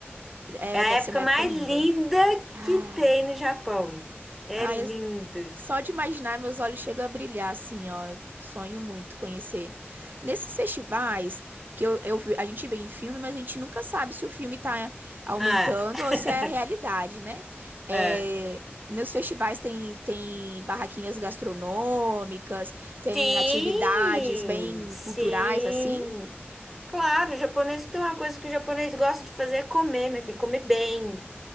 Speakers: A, on the right (about 50°); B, in the centre.
A: é,
B: é a
A: deve ser
B: época
A: uma época
B: mais
A: linda.
B: linda
A: Ai.
B: que tem no Japão. É
A: Ai,
B: linda.
A: eu Só de imaginar, meus olhos chegam a brilhar, assim, ó. Sonho muito conhecer. Nesses festivais, que eu, eu vi- a gente vê em filme, mas a gente nunca sabe se o filme tá aumentando
B: Ah, <laughs>
A: ou se é a realidade, né? É,
B: é.
A: nos festivais tem, tem barraquinhas gastronômicas, tem
B: Sim,
A: atividades bem
B: sim.
A: culturais, assim.
B: Claro, o japonês tem uma coisa que o japonês gosta de fazer é comer, meu filho, comer bem.